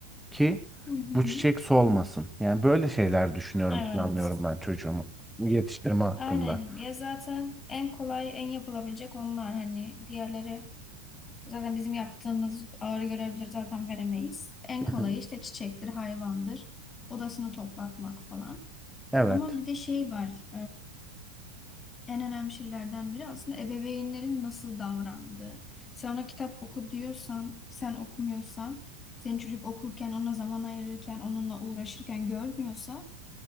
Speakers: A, in the centre; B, on the left.
A: ki
B: Hı hı.
A: bu çiçek solmasın. Yani böyle şeyler düşünüyorum,
B: Evet.
A: planlıyorum ben çocuğumu yetiştirme hakkında.
B: Aynen. Ya zaten en kolay, en yapılabilecek onlar. Hani diğerleri zaten bizim yaptığımız ağır görevleri zaten veremeyiz. En kolayı
A: Hı hı.
B: işte çiçektir, hayvandır, odasını toplatmak falan.
A: Evet.
B: Ama bir de şey var. en önemli şeylerden biri aslında ebeveynlerin nasıl davrandığı. Sen ona kitap oku diyorsan, sen okumuyorsan, senin çocuk okurken, ona zaman ayırırken, onunla uğraşırken görmüyorsa